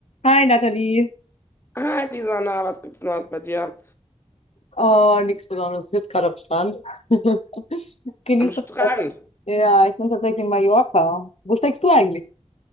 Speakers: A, on the left; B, on the left.
A: Hi Nathalie.
B: Hi Lisana, was gibt's Neues bei dir?
A: Oh, nichts Besonderes. Ich sitze gerade am Strand. <laughs> Genieße
B: Am Strand.
A: das Wetter. Ja, ich bin tatsächlich in Mallorca. Wo steckst du eigentlich?